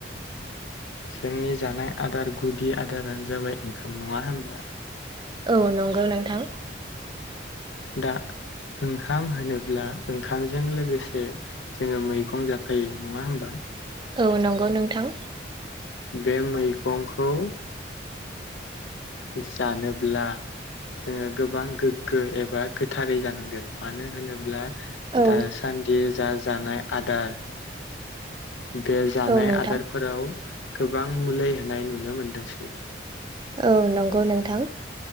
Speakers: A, on the left; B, on the right.
A: जोंनि जानाय आदार गुदि आदारानो जाबाय ओंखाम नङा होमब्ला।
B: औ नंगौ नोंथां।
A: दा ओंखाम होनोब्ला ओंखाम जों लोगोसे जोङो मैगं जाफायो नङा होमबा।
B: औ नंगौ नोंथां।
A: बे मैगंखौ। जानोब्ला। जोङो गोबां गोग्गो एबा गोथारै जानांगोन मानो होनोब्ला।
B: औ
A: दासान्दि जा जानाय आदार। बे जानाय
B: औ नोंथां
A: आदारफोराव गोबां मुलि होनाय नुनो मोनदोंसै।
B: औ नंगौ नोंथां।